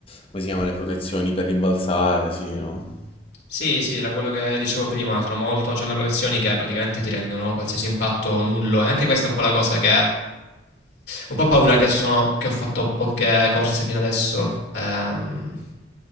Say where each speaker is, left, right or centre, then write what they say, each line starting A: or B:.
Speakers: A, on the left; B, on the left.
A: come si chiamano le protezioni per rimbalzare, sì, no?
B: Sì, sì, era quello che dicevo prima, sono molto, c'hanno protezioni che praticamente ti rendono qualsiasi impatto nullo e anche questa è un po' la cosa che Un po' paura che, sono, che ho fatto poche corse fino adesso ehm,